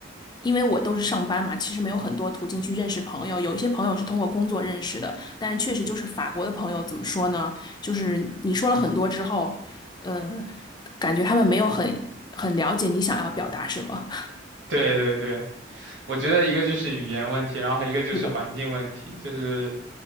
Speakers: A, on the left; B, on the right.
A: 因为我都是上班嘛，其实没有很多途径去认识朋友。有一些朋友是通过工作认识的，但是确实就是法国的朋友怎么说呢？就是你说了很多之后，呃，感觉他们没有很很了解你想要表达什么。
B: 对对对，我觉得一个就是语言问题，然后一个就是环境问题，
A: 对的，
B: 就是